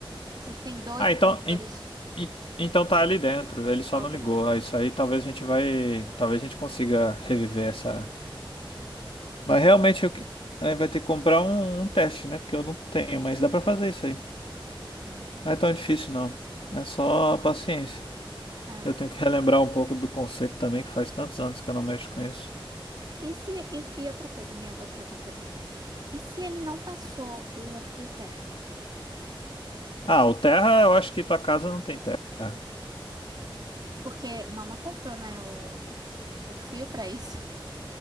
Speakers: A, on the right; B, on the left.
A: Ou seja, tem dois
B: Ah,
A: interruptores
B: então, en- en- então tá ali dentro, ele só
A: sobrando.
B: não ligou. Ah, Isso aí talvez a gente vai. Talvez a gente consiga reviver essa. Mas realmente eu que- aí vai ter que comprar um, um teste, né? Porque eu não tenho, mas dá pra fazer isso aí.
A: Uhum.
B: Não é tão difícil, não. É só paciência.
A: É.
B: Eu tenho que relembrar um pouco do conceito também, que faz tantos anos que eu não mexo com isso.
A: E se, e, e outra coisa, minha outra dúvida que eu tenho. E se ele não passou o fio terra?
B: Ah, o terra, eu acho que tua casa não tem terra.
A: Porque mama comprou, né, o, o fio para isso.